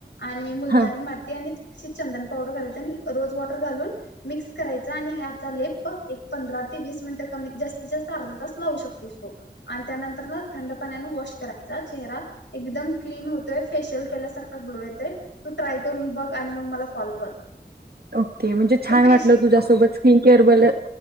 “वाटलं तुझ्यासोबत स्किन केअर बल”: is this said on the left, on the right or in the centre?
Right